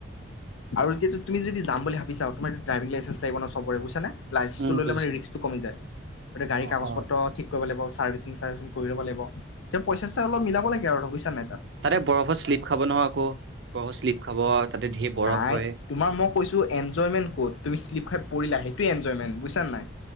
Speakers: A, on the left (about 80°); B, on the right (about 60°).
A: আৰু এতিটো তুমি যদি যাম বুলি ভাবিচা তোমাৰ যদি ড্ৰাইভিং লাইচেঞ্চ লাগিব সবৰে বুজিছেনে নাই লাইচেঞ্চটো
B: উম
A: ললে
B: বুজিছো
A: মানে ৰিক্সটো কমি যায় গতিকে গাড়ী
B: অ
A: কাগজ
B: অ
A: পত্ৰ ঠিক কৰিব লাগিব চাৰ্ভিচিং চাৰ্ভেচিং কৰি লব লাগিব পইচা অলপ মিলাব লাগে আৰু নাই তাত
B: তাতে বৰফত শ্লিপ খাব নহয় আকৌ বৰফৰ শ্লিপ খাব তাতে ধেৰ বৰফ
A: নাই
B: হয়
A: তোমাৰ মই কৈছো এনজয়মেন্ট ক'ত তুমি শ্লিপ খাই পৰিলা সেইটো এনজয়মেণ্ট বুজিছানে নাই